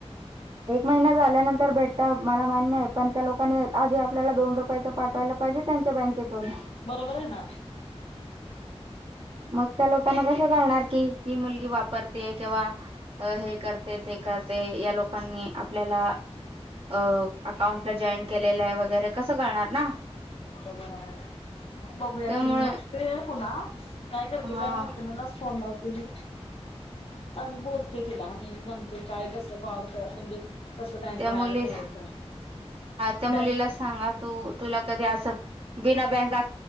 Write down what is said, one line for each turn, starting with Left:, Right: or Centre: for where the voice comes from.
Right: एक महिना झाल्यानंतर भेटत, मला मान्य ये, पण त्या लोकांनी आधी आपल्याला, दोन रुपये त पाठवायला पाहिजे, त्यांच्या बँकेतून.
Left: बरोबर ये ना.
Right: मग त्या लोकांना कसं कळणार की, ही मुलगी वापरतेये किंवा अ हे करते, ते करते, या लोकांनी आपल्याला अ अकाउंटला जॉईन केलेलं ये वगैरे, कसं कळणार ना?
Left: बरोबर हाय, बघूया
Right: त्यामुळे
Left: की मी बघतेय पुन्हा. काय करते,
Right: हा
Left: तोया मेत्री नीलाच फोन लावते मी. आणि बोलते तिलाी, अणि म्हणते काय कस? <unintelligible> म्हणजे कस बँक
Right: त्या मुलीला
Left: ऍड करायच,
Right: त्या मुलीला
Left: बक
Right: सांगा तू, तुला कधी अस, बिना बँका